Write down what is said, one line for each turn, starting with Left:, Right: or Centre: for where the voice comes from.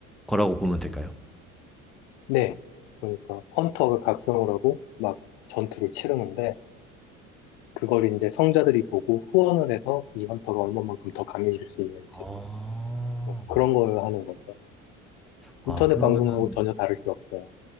Centre: 거라고 보면 될까요?
Left: 네. 그러니까 헌터가 각성을 하고 막 전투를 치르는데 그걸 이제 성자들이 보고 후원을 해서 이 헌터가 얼마만큼 더 강해질 수 있는지
Centre: 아.
Left: 뭐 그런 걸 하는 거죠.
Centre: 아
Left: 인터넷
Centre: 그러면은
Left: 방송하고 전혀 다를 게 없어요.